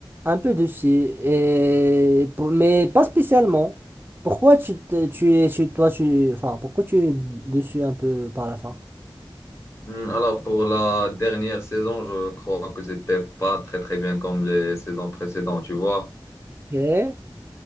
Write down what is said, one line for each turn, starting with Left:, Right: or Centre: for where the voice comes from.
Right: Un peu dessus. Et, pour- mais pas spécialement. Pourquoi tu, te- tu es tu- toi, tu. Enfin, pourquoi tu es dessus un peu par la fin?
Left: Hmm, Alors, pour la dernière saison, je crois que c'était pas très, très bien comme les saisons précédentes, tu vois?
Right: Ok.